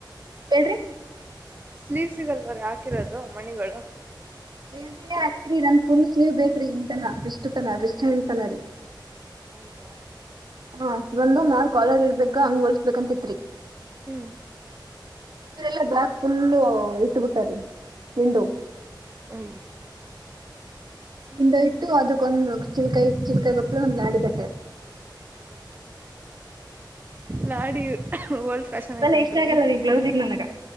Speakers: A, on the right; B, on the right.
A: ಹೇಳ್ರಿ
B: ಸ್ಲೀವ್ ಸಿಗಲ್ವರ ಹಾಕಿರೋದು ಮಣಿಗಳು
A: ವ ಹಾಕಿರಿ ನನ್ ಫುಲ್ ಸ್ಲೀವ್ ಬೇಕ್ರಿ ಇ ತನ ಬಷ್ಟ್ತನ ಬಷ್ಟ ತನ ರೀ
B: ಹೌದಾ
A: ಹಾ ಅಷ್ಟ ಬಂದು ಮ್ಯಲ್ ಕಾಲರ್ ಇರ್ಬೇಕ ಹಂಗ ಹೊಲ್ಸ್ಬೇಕಂತಿತ್ರಿ
B: ಹ್ಮ್
A: ಇರೆಲ್ಲ ಬ್ಯಾಕ್ ಫುಲ್ ಇಟ್ಟಬಿಟ್ಟಾರೆ ವಿಂಡೋ
B: ಹ
A: ಹಂಡ ಇಟ್ಟು ಅದಕ್ಕೊಂದು್ ಚಿಲ್ಕಾಯ ಇ ಚಿಲ್ಕಾಯ ಗಪ್್ರ ಒಂದ್ ಲಾಡಿ ಕಟ್ಟ್ಯರ್
B: ಲಾಡಿ ಹಲ್ಸ ಫ್ಯಾಷನ್
A: ಅವೆಲ್ಲ
B: ಐತಂತರಿೀ
A: ಇಷ್ಟ ಆಗಲ್ಲ ರೀ ಬ್ಲೌಸಿಗೆ ನನಗೆ